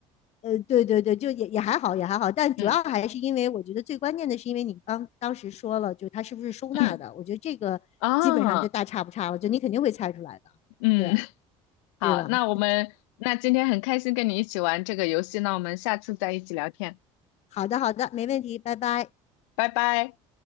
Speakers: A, on the left; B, on the left.
A: 呃，对对对，就也也还好，也还好。但主要还是因为我觉得最关键的是，
B: 嗯
A: 因为你刚当时说了，就是它是不是收纳的，
B: 嗯
A: 我觉得这个基本上就大差不差了，
B: 啊
A: 就你肯定会猜出来的，
B: 嗯，
A: 对
B: <laughs> 好，
A: 对吧？
B: 那我们那今天很开心跟你一起玩这个游戏，那我们下次再一起聊天，
A: 好的好的，没问题，拜拜。
B: 拜拜。